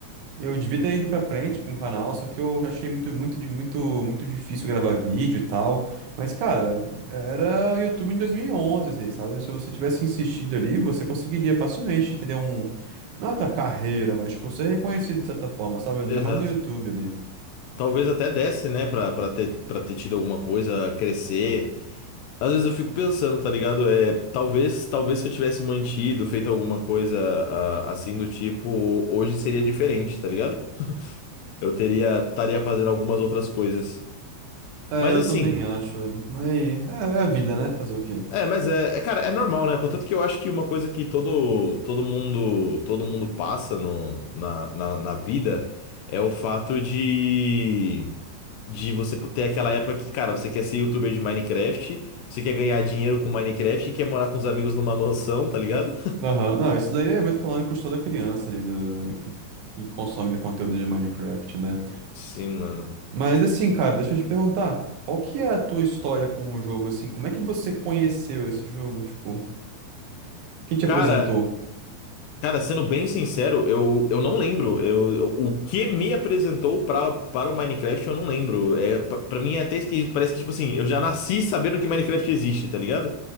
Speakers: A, on the right; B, on the left.
A: Eu devia ter ido pra frente com o canal, só que eu já achei muito, muito, di- muito, muito difícil gravar vídeo e tal. Mas, cara, era YouTube em 2011, assim, sabe? Se você tivesse insistido ali, você conseguiria facilmente ter um... Não a tua carreira, mas, tipo, ser reconhecido de certa forma, sabe? Ainda
B: Exato.
A: mais no YouTube ali.
B: Talvez até desse, né, pra, pra ter, pra ter tido alguma coisa, crescer. Às vezes eu fico pensando, tá ligado? É, talvez, talvez se eu tivesse mantido, feito alguma coisa ah, assim do tipo, hoje seria diferente, tá ligado? Eu teria, estaria fazendo algumas outras coisas.
A: É,
B: Mas
A: eu
B: assim,
A: também acho, velho. Mas é, é a vida, né? Fazer o quê?
B: é, mas é, é, cara, é normal, né? Contanto que eu acho que uma coisa que todo, todo mundo, todo mundo passa no, na, na, na vida é o fato de de você ter aquela época que, cara, você quer ser youtuber de Minecraft, você quer ganhar dinheiro com Minecraft, quer morar com os amigos numa mansão, tá ligado?
A: Aham. Não, isso daí é evento canônico de toda criança ali do... que... que consome conteúdo de Minecraft, né?
B: Sim, mano.
A: Mas assim, cara, deixa eu te perguntar, qual que é a tua história com o jogo, assim? Como é que você conheceu esse jogo? Tipo, quem te apresentou?
B: Cara, Cara, sendo bem sincero, eu, eu não lembro. Eu, eu- o que me apresentou pra, para o Minecraft, eu não lembro. É, pra pra mim é até esquisito. Parece que, tipo assim, eu já nasci sabendo que Minecraft existe, tá ligado?